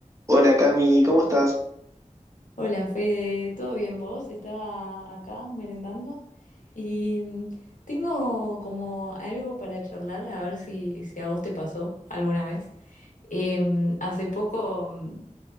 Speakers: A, on the right (about 25°); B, on the left (about 85°).
A: Hola Cami, ¿cómo estás?
B: Hola Fede, ¿todo bien vos? Estaba acá merendando y mm, tengo como algo para charlar, a ver si, si a vos te pasó alguna vez. Em, hace poco mm,